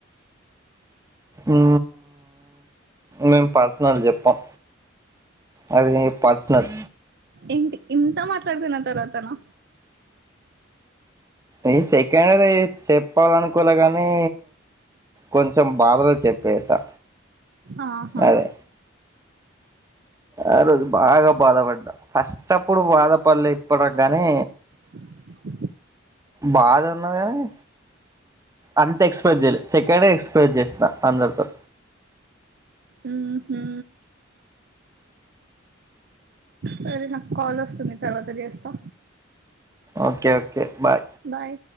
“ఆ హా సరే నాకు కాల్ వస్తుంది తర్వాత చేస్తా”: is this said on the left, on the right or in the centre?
Right